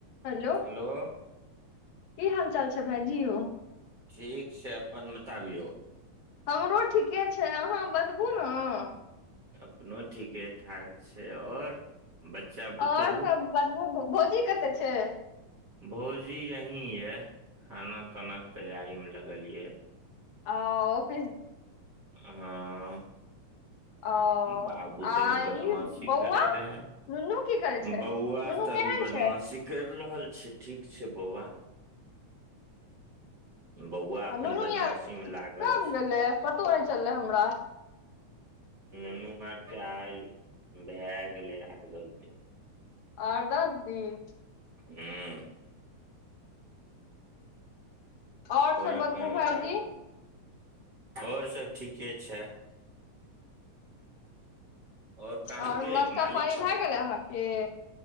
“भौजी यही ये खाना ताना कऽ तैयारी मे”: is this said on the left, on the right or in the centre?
Right